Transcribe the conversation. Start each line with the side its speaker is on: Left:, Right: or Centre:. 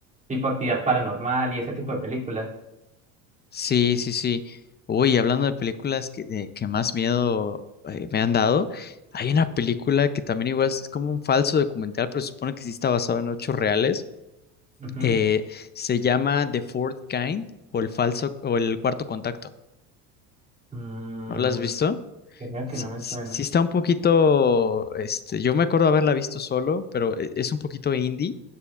Right: tipo Actividad Paranormal y ese tipo de películas.
Left: sí, sí, sí. Uy, hablando de películas que, de- que más miedo eh, me han dado, hay una película que también igual es, es como un falso documental, pero se supone que sí está basado en hechos reales.
Right: Ujú.
Left: Eh, se llama The Fourth Kind o el falso o el cuarto contacto.
Right: Mm,
Left: ¿No la has visto?
Right: creo
Left: Sí,
Right: que no me
Left: sí-
Right: suena.
Left: sí está un poquito, este, yo me acuerdo haberla visto solo, pero e- es un poquito indie.